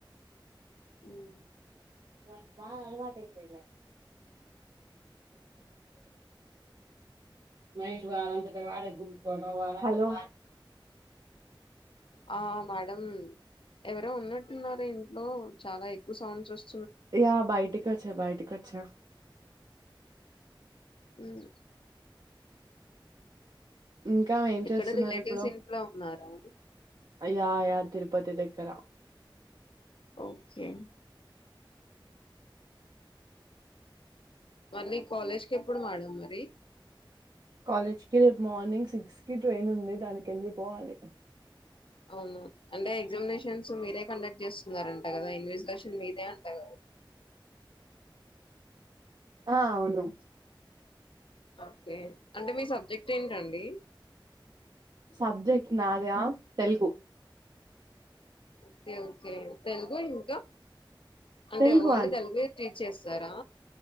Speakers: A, on the left; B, on the right.
A: ఉమ్
B: వానికి బాగా అలవాటు అయిపోయిందే మైక్ దగరకు పెట్టు హలో
A: ఆ మేడం ఎవరో ఉన్నట్టున్నారు ఇంట్లో చాలా ఎక్కువ సౌండ్స్ వస్తు
B: యా బయటికొచ్చా బయటికొచ్చా
A: మ్
B: ఇంకా ఏం
A: ఎక్కడ
B: చేస్తున్నారు
A: రిలేటివ్స్
B: ఇప్పుడు
A: ఇంట్లో ఉన్నారా
B: అ యయా తిరుపతి పతి దగ్గరా
A: ఓకే మళ్ళీ కాలేజ్క్ ఎప్పుడు మేడం మరి
B: కాలేజ్కి రేపు మార్నింగ్ సిక్స్ కి ట్రైన్ ఉంది దానినకి వెళ్ళి పోవాలి
A: అవునా అంటే ఎగ్జామినేషన్స్ మీరే కండక్ట్ చేస్తున్నారంట కదా ఇన్విజిలేషన్ మీదే అంట కదా
B: ఆ అవును
A: ఓకే అంటే మీ సబ్జెక్ట్ ఏంటండి
B: సబ్జెక్ట్ నాది అ తెలుగు
A: ఓకే ఓకే తెలుగు ఇంకా అంటే
B: తెలుగు
A: ఓన్లీ తెలుగు ఎ తీస్కు చేస్తారా